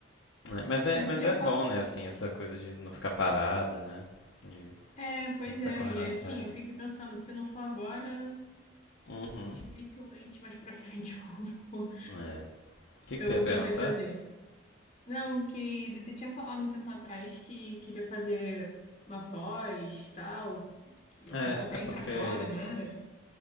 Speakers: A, on the left; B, on the left.
A: né? Mas é,
B: Mas
A: mas
B: você tinha
A: é
B: falado
A: bom, né? Assim, essa coisa de não ficar parada, né? De
B: É, pois
A: sempre tá
B: é.
A: correndo
B: E
A: atrás.
B: assim, eu fiquei pensando, se não for agora,
A: Uhum.
B: dificilmente mais pra frente <laughs> eu vou,
A: É. O que, que
B: eu
A: você ia
B: vou
A: perguntar?
B: pensar em fazer. Não, que você tinha falado um tempo atrás que queria fazer uma pós, tal, que a
A: É,
B: pessoa tá
A: é
B: indo
A: porque
B: pra fora, não era?